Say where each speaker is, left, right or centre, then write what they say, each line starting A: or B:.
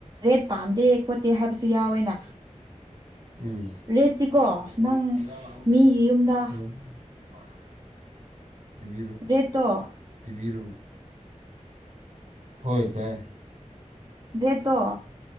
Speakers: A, on the right; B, on the right.
A: ꯔꯦꯠ ꯄꯥꯝꯗꯦ ꯈꯣꯠꯇꯦ ꯍꯥꯏꯕꯁꯨ ꯌꯥꯎꯋꯦꯅ
B: ꯎꯝ <unintelligible>
A: ꯔꯦꯠꯇꯤꯀꯣ ꯅꯪ ꯃꯤꯒꯤ ꯌꯨꯝꯗ <inaudible>
B: ꯇꯤꯚꯤꯔꯣ
A: ꯔꯦꯠꯇꯣ
B: ꯑ ꯇꯤꯚꯤꯔꯣ ꯍꯣꯏ ꯇꯥꯏ
A: ꯔꯦꯠꯇꯣ